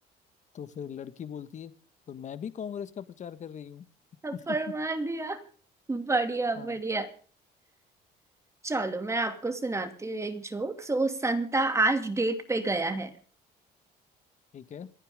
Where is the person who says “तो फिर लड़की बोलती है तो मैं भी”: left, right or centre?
Left